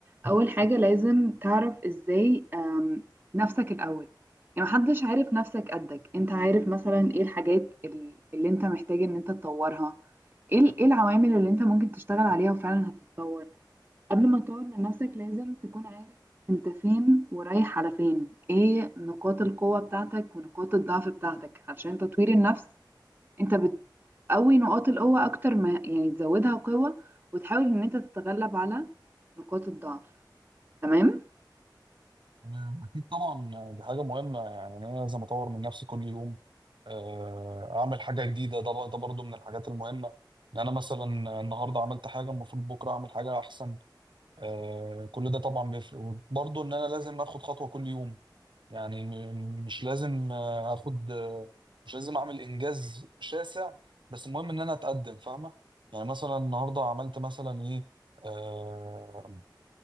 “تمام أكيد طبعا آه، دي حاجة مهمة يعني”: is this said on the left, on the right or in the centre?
Right